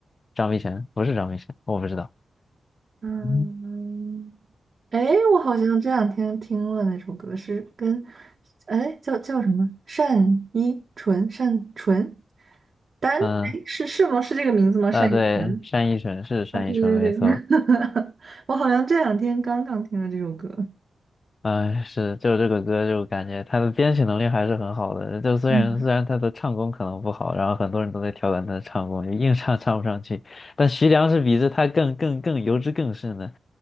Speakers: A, on the left; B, on the right.
A: 张碧晨不是张碧晨，我不知道，
B: 嗯。
A: 嗯
B: 哎，我好像这两天听了那首歌，是跟，哎，叫叫什么？单依纯，单纯，单，
A: 嗯
B: 哎，是是吗？是这个名字吗？单依纯。
A: 啊对，单依纯是单依纯没错，
B: 啊，对对对，<laughs> 我好像这两天刚刚听了这首歌，
A: 嗯，是，就这个歌，就感觉他的编曲能力还是很好的。就虽然虽然他的唱功可能不好，
B: 嗯，
A: 然后很多人都在调侃他的唱功，就硬唱唱不上去。但徐良是比这他更更更油脂更甚的，